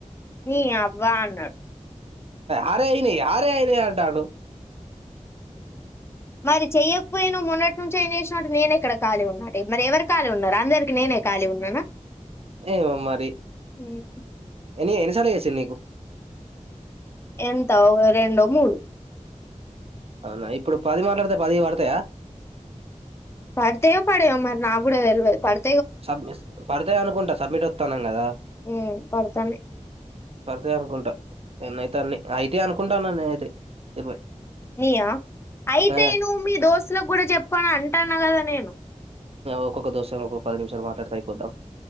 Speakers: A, on the left (about 20°); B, on the right (about 50°).
A: నీయవ్వ అన్నడు
B: ఆరే అయినయి ఆరే అయినయి అంటాండు
A: మరి చెయ్యకపోయినవ్ మొన్నటి నుంచి ఏంచేసినంటే నేనేక్కడ ఖాళీగున్న అంట మరి ఎవరు ఖాలీగా ఉన్నరు అందరికి నేనే ఖాళీగ ఉన్ననా
B: ఏమో మరి
A: ఉమ్
B: ఎన్ని ఎన్ని చాలేసి నకు
A: ఎంత రెండో మూడు
B: అవునా ఇప్పుడు పది మాట్లాడితే పది పడతాయా
A: పడతేయ పడే అమారి నాగుడ వె పడు
B: సబ్మి పడితే అనుకుంటా సబ్మిట్ వస్తాన్నాం కదా
A: ఉమ్ పడతానయ్
B: పడితే అనుకుంటా నైతన్ని అయితే అనుకుంటాను నేను అయితే ఇరవై
A: నయా అయితే
B: ఆ,
A: నువ్వు మీ దోస్తులకు కూడా చెప్పాను అంటాను కదా నేను
B: ఒక్కొక్క దోసానికి ఒ పది నిమిషాలు మాట్లాడుత అయిపోద్దావు